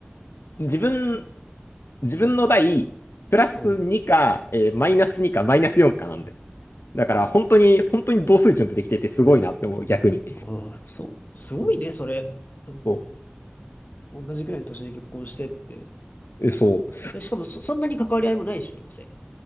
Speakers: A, on the left; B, on the left.
A: 自分、自分の代、プラス2か、
B: うん。
A: えーマイナス2か、マイナス4かなんだよ。だから本当に、本当に同水準でできててすごいなって思う、逆に。
B: ああ、そう、すごいね、それ。なんか、
A: そ
B: 同じくらいの年に結婚してって。
A: う。え、そう。
B: で、しかもそ、そんなに関わり合いもないでしょ、どうせ。